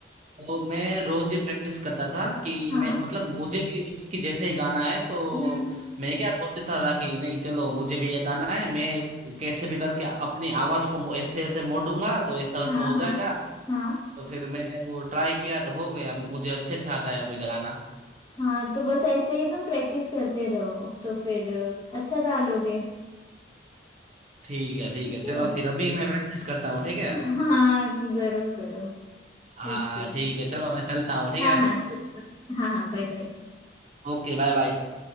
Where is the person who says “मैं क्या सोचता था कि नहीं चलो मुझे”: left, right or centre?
Right